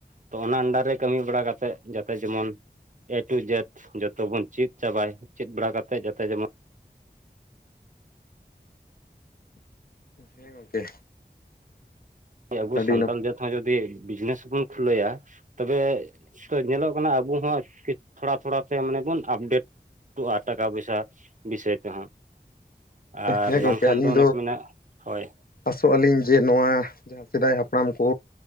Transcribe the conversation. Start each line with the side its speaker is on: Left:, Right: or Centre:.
Right: ᱛᱚ ᱚᱱᱟ ᱟᱱᱰᱟᱨ ᱨᱮ ᱠᱟᱹᱢᱤ ᱵᱟᱲᱟ ᱠᱟᱛᱮᱫ ᱡᱟᱛᱮ ᱡᱮᱢᱚᱱ ᱮ ᱴᱩ ᱡᱮᱴᱷ ᱡᱚᱛᱚ ᱵᱚᱱ ᱪᱮᱫ ᱪᱟᱵᱟᱭ ᱪᱮᱫ ᱵᱟᱲᱟ ᱠᱟᱛᱮᱜ ᱡᱟᱛᱮ ᱡᱮᱢᱚᱱ
Left: ᱦᱮᱸ ᱜᱚᱝᱠᱮ
Right: ᱟᱵᱚ
Left: ᱟᱹᱰᱤ
Right: ᱥᱟᱱᱛᱟᱲ
Left: ᱱᱟᱯᱟᱭ
Right: ᱡᱟᱹᱛ ᱦᱚᱸ ᱡᱩᱫᱤ ᱵᱤᱡᱽᱱᱮᱥ ᱵᱚᱱ ᱠᱷᱩᱞᱟᱹᱭᱟ ᱛᱚᱵᱮ ᱛᱚ ᱧᱮᱞᱚᱜ ᱠᱟᱱᱟ ᱟᱵᱚ ᱦᱚᱸ ᱛᱷᱚᱲᱟ ᱛᱷᱚᱲᱟ ᱛᱮ ᱢᱟᱱᱮ ᱵᱚᱱ ᱟᱯᱰᱮᱴ ᱩ ᱟᱨ ᱴᱟᱠᱟ ᱯᱚᱭᱥᱟ ᱵᱤᱥᱚᱭ ᱛᱮᱦᱚᱸ ᱟᱨ
Left: ᱦᱮᱸ ᱜᱚᱝᱠᱮ
Right: ᱵᱟᱝᱠᱷᱟᱱ
Left: ᱟᱹᱞᱤᱧ
Right: ᱫᱚ ᱚᱱᱮ ᱠᱚ ᱢᱮᱱᱟᱜ ᱦᱳᱭ
Left: ᱟᱥᱚᱜ ᱟᱹᱞᱤᱧ ᱡᱮ ᱱᱚᱣᱟ ᱡᱟᱦᱟᱸ ᱥᱮᱫᱟᱭ ᱦᱟᱯᱲᱟᱢ ᱠᱚ